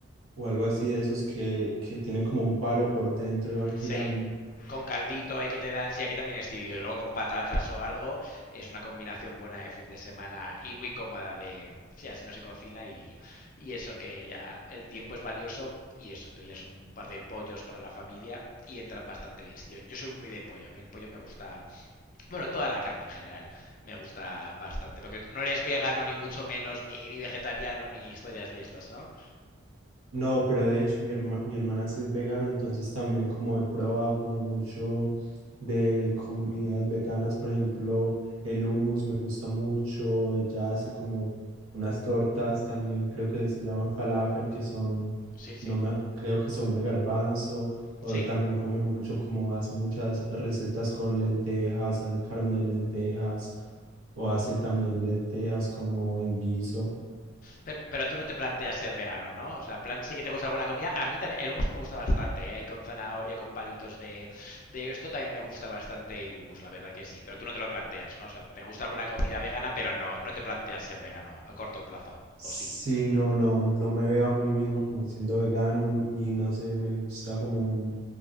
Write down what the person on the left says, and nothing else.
Sí. Con caldito hay que te dan, sí, aquí también es típico, y luego con patatas o algo, es una combinación buena de fin de semana y muy cómoda de, sí, así no se cocina y, y eso que ya el tiempo es valioso y eso, tú ya es un par de pollos para la familia y entran bastante bien. Sí, yo, yo soy muy de pollo, a mí el pollo me gusta, bueno, toda la carne en general me gusta bastante, porque no eres vegano ni mucho menos, ni, ni vegetariano, ni historias de estas, ¿no?
Sí, sí,
sí.
Pero, pero tú no te planteas ser vegano, ¿no? O sea, plan sí que te gusta alguna comida. A mí también el hummus me gusta bastante, ¿eh? Ahí con zanahoria, con palitos de, de esto también me gusta bastante el hummus, la verdad que sí. Pero tú no te lo planteas, ¿no? O sea, te gusta alguna comida vegana, pero no, no te planteas ser vegano a corto plazo, ¿o
sí?